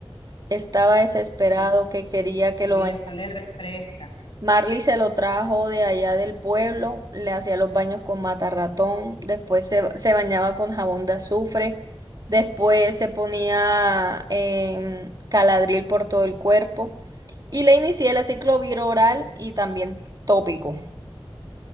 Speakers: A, on the right; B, on the left.
A: Estaba desesperado
B: porque
A: que quería que lo
B: Pri,
A: bañara.
B: eso le refresca.
A: Marley se lo trajo de allá del pueblo, le hacía los baños con matarratón, después se, se bañaba con jabón de azufre, después se ponía en caladril por todo el cuerpo. Y le inicié el ciclo viroral y también tópico.